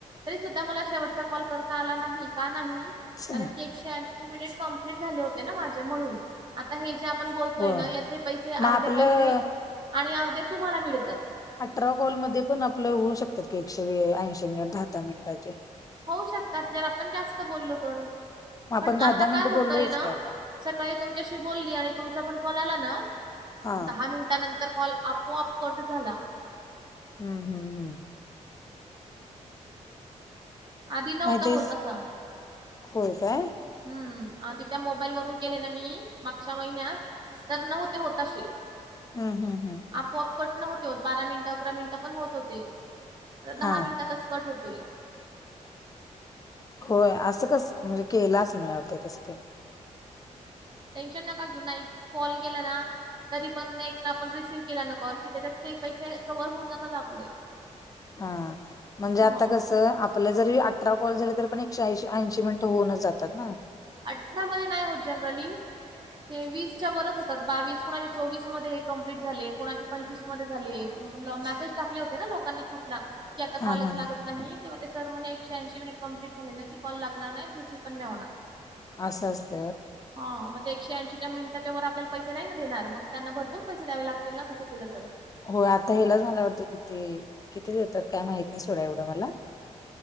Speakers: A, on the right; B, on the left.
A: तरी सुद्धा मला शेवटचा कॉल करता आला नाही का नाही
B: छ,
A: कारण <inaudible> क एकशे <inaudible> कंप्लीट झाले होते ना माझे म्हणून. आता हे जे आपण बोलतोय
B: हो
A: ना. याचे पैसे अर्धे
B: मग आपलं
A: पैसे आणि अर्धे तुम्हाला मिळतात.
B: अठरावा कॉलमध्येध्ये पण आपलं होऊ शकतात की एकशे ऐंशे मिनिट दहा दहा मिनिटाचे.
A: होऊ शकतात जर आपण जास्त बोललो तर
B: मग आपण
A: पण
B: दहा
A: आता
B: दहा
A: काय
B: मिनिटं
A: होतय
B: बोललोयच
A: ना
B: की आता
A: सकाळी तुमच्याशी बोलली आणि तुमचा पण कॉल आला ना.
B: हा
A: दहा मिनिटानंतर कॉल आप हो <inaudible> अपकट झाला.
B: हम्म. हम्म. हम्
A: आधी नव्हता
B: नाही तेच
A: होत असा.
B: होय काय.
A: हम्म, आधी त्या मोबाईल वरून केले ना मी मागच्या महिन्यात. तर नव्हते होताशी.
B: <inaudible> हम हम्
A: आपोआप कट न होते हो बारा मिनिट अकरा मिनिटं पण होत होते. आ
B: हा
A: दहा मिनिट. <inaudible> कटकट होतोय.
B: होय असं कस म्हणजे केलाच <inaudible> मिळत <inaudible> तसते
A: टेन्शन नाका <inaudible> जुना एक फॉल गेला ना तरी पण नेक्स्ट आपण रिसिव्ह केला ना कॉल कि त्याच्यात ते पैसे कवर्ह होऊन जातात आपले.
B: हा. म्हणजे
A: हां.
B: आता कसं. आपले जरी अठरा कॉल झाली. तरी पण एकशेऐंशी ऐंशी मिनिटं होऊनच जातात ना.
A: अठरा मध्ये नाही होत. जनरली ते वीसच्या वरच होतात बावीस कोणाचे चोवीस मध्ये कंप्लीट झाले. कोणाचे पंचवीस <inaudible> म टाक होते लोकांनी ग्रुप क आता
B: हा
A: कॉले
B: हा
A: लागत नाही. <inaudible> ते ते <inaudible> सरण एके ऐंशी मिनिट कंप्ली झाले की कॉ लागणार नाही आणि रिसीव पण नाही होणार.
B: असं असत.
A: हा मग ते एकशे ऐंशीच्या मिनिटाच्या वर आपल्याला पैसे नाही ना देणार मग. त्यांना भरपूर पैसे द्यावे लागतील ना. तसं केलं तर.
B: हो आता हेलाच मला वाटतं किती, किती देतात काय माहित नाही. सोड्या एवढं मला